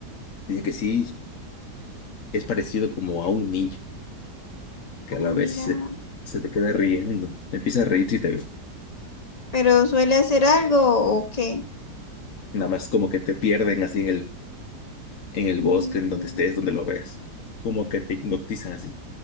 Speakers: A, on the left; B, on the left.
A: Dice que sí, es parecido como a un niño, que a
B: Ah,
A: la vez
B: mira.
A: se, se te queda riendo. Empieza a reírse y te ve.
B: Pero suele hacer algo o qué.
A: Nada más como que te pierden así en el, en el
B: Mm.
A: bosque, en donde estés, donde lo ves. Como que te hipnotizan así.